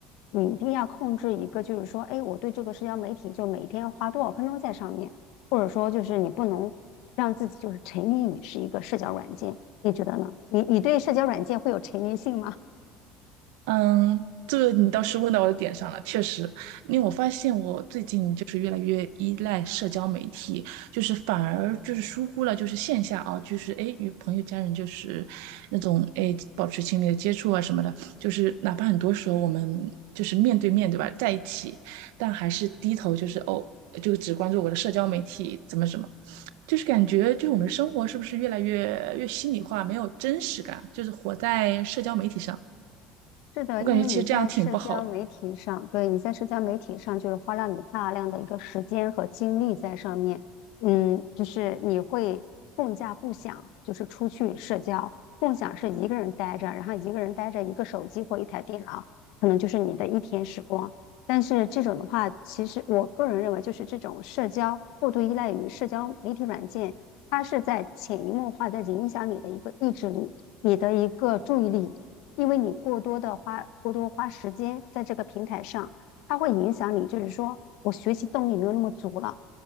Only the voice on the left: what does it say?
你一定要控制一个，就是说，哎，我对这个社交媒体就每天要花多少分钟在上面，或者说就是你不能让自己就是沉迷于是一个社交软件，你觉得呢？你你对社交软件会有沉迷性吗？
是的，
因为你在社交媒体上，对，你在社交媒体上就是花了你大量的一个时间和精力在上面，嗯，就是你会更加不想就是出去社交，共享是一个人待着，然后一个人待着一个手机或一台电脑，可能就是你的一天时光。但是这种的话，其实我个人认为，就是这种社交过度依赖于社交媒体软件，它是在潜移默化的影响你的一个意志力，你的一个注意力。因为你过多的花过多花时间在这个平台上，它会影响你，就是说我学习动力没有那么足了，